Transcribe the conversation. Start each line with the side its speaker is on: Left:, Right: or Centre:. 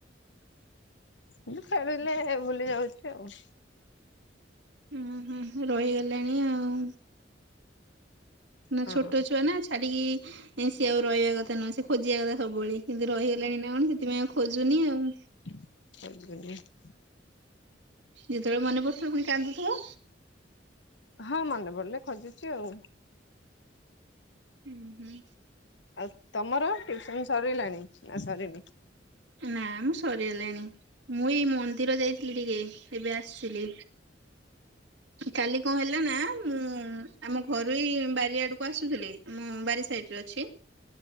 Left: ହୁଁ ଖେଳିଲେ ଭୁଲି ଯାଉଛି ଆଉ।
Right: ହୁଁ ହୁଁ ରହିଗଲାଣି ଆଉ ନା
Left: ହଁ
Right: ଛୋଟ ଛୁଆ, ନା ଛାଡିକି ସିଏ ଆଉ ରହିବା କଥା ନୁହଁ। ଖୋଜିବା କଥା ସବୁବେଳେ କିନ୍ତୁ ରହିଗଲାଣି ନା କଣ ସେଥିପାଇଁ ଆଉ ଖୋଜୁନି ଆଉ
Left: <unintelligible>
Right: ଯେତେବେଳେ ମନେ ପଡୁଥିବ ପୁଣି କାନ୍ଦୁଥିବ,
Left: ହଁ ମନେ ପଡିଲେ ଖୋଜୁଛି ଆଉ
Right: ଉଁ ହୁଁ,
Left: ଆଉ ତମର ଟିଉସନ୍, ସରିଲାଣି ନା ସରିନି
Right: ନା ମ ସରିଗଲାଣି ମୁଁ ଏଇ ମନ୍ଦିର ଯାଇଥିଲି ଟିକେ ଏବେ ଆସିଲି। କାଲି କଣ ହେଲା ନା ମୁଁ, ଆମ ଘରୁଇ ବାରି ଆଡକୁ ଆସୁଥିଲି ଆମ ବାରି ସାଇଟ୍ ରେ ଅଛି।